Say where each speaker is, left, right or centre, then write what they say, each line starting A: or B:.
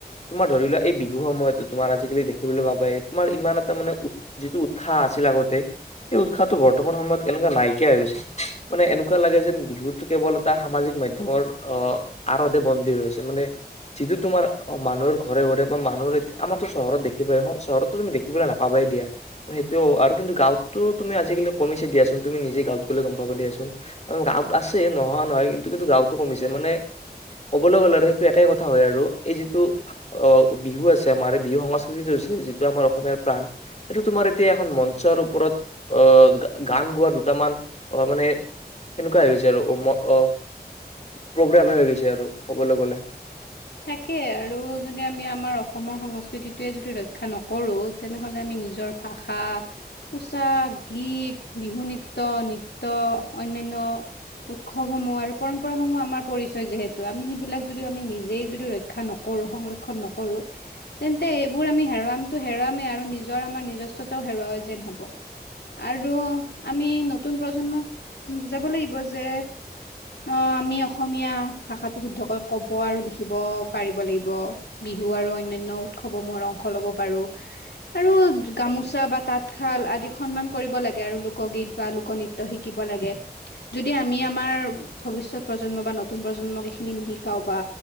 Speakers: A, on the left; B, on the left.
A: তোমাৰ ধৰি লোৱা, এই বিহু সময়তো তোমাৰ আজিকালি দেখিবলৈ পাবাই তোমাৰ ইমান এটা মানে উৎ, যিটো উৎসাহ আছিল আগতে, সেই উৎসাহটো বৰ্তমান সময়ত এনেকুৱা নাইকিয়া হৈ গৈছে। মানে এনেকুৱা লাগে যেন বিহুটো কেৱল এটা সামাজিক মাধ্যমৰ অ' আঁৰতেই বন্দী হৈ আছে। মানে, যিটো তোমাৰ, মানুহৰ ঘৰে ঘৰে বা মানুহৰ এত, আমাৰতো চহৰত দেখি পাই, চহৰতো তুমি দেখিবলৈ না পাবাই দিয়া, সেইটোও। আৰু কিন্তু গাঁৱতো তুমি আজিকালি কমিছে দিয়াচোন, তুমি নিজে গাঁৱত গ'লে গম পাবা দিয়াচোন। আৰু গাঁৱত আছে নোহোৱা নহয়, কিন্তু কিন্তু গাঁৱতো কমিছে। মানে, ক'বলৈ গ'লে আৰু সেইটো একে কথা হয় আৰু। এই যিটো ভা অ' বিহু আছে আমাৰ এই বিহু সংস্কৃতিত আছে, যিটো আমাৰ অসমীয়াৰ প্ৰাণ। এইটো তোমাৰ এতিয়া এখন মঞ্চৰ ওপৰত, অ' গা-গান গোৱা দুটামান, অ' মানে, সেনেকুৱা হৈ গৈছে আৰু। অ', ম, অ', প্ৰ'গ্ৰামে হৈ গৈছে আৰু, ক'বলৈ গ'লে।
B: তাকে আৰু যদি আমি আমাৰ অসমৰ সংস্কৃতিটোৱেই যদি ৰক্ষা নকৰোঁ, তেনেহ'লে আমি নিজৰ ভাষা, পোছাক, গীত, বিহু নৃত্য, নিত্য, অন্যান্য উৎসৱসমূহ আৰু পৰম্পৰাসমূহ আমাৰ পৰিচয় যিহেতু, আমি সেইবিলাক যদি আমি নিজেই যদি ৰক্ষা নকৰো সংৰক্ষণ নকৰো তেন্তে এইবোৰ আমি হেৰুৱামটো হেৰুৱামেই আৰু নিজৰ আমাৰ নিজস্বতাও হেৰুওৱা যেন হ'ব। আৰু আমি নতুন প্ৰজন্মক বুজাব লাগিব যে, অহ ', আমি অসমীয়া ভাষাটো শুদ্ধকৈ ক'ব আৰু লিখ খিব পাৰিব লাগিব, বিহু আৰু অন্যান্য উৎসৱসমূহৰ অংশ ল'ব পাৰো। আৰু য গামোচা বা তাতশাল আদি সন্মান কৰিব লাগে আৰু লোকগীত বা লোকনৃত্য শিকিব লাগে। যদি আমি আমাৰ ভৱিষ্যত প্ৰজন্ম বা নতুন প্ৰজন্মক এইখিনি নিশিকাও বা